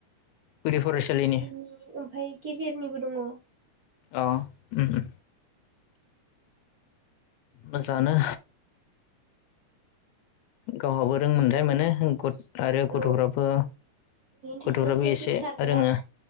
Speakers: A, on the left; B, on the right.
A: गुदि फरायसालिनि
B: गुदिनि ओमफ्राय गेजेरनिबो दङ।
A: अ ओम ओम मोजाङानो। गावहाबो रोंमोनथाय मोनो आरो
B: ओरैनो
A: गथ-गथ'फ्राबो
B: थास्लायस्लाय
A: गथ'फ्राबो एसे
B: बेखार ना
A: रोङो।